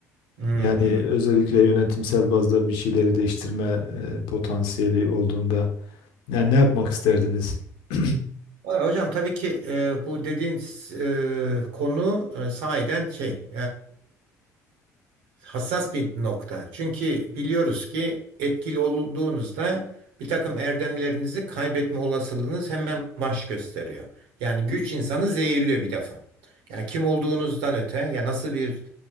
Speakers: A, on the right (about 70°); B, on the left (about 65°).
A: hmm,
B: yani
A: hmm.
B: özellikle yönetimsel bazda bir şeyleri değiştirme e, potansiyeli olduğunda yani ne yapmak isterdiniz? <clears throat>
A: Valla Hocam tabii ki e, bu dediğiniz e, konu e, sahiden şey hassas bir nokta. Çünkü biliyoruz ki etkili olduğunuzda bir takım erdemlerinizi kaybetme olasılığınız hemen baş gösteriyor. Yani güç insanı zehirliyor bir defa. Yani kim olduğunuzdan öte, ya nasıl bir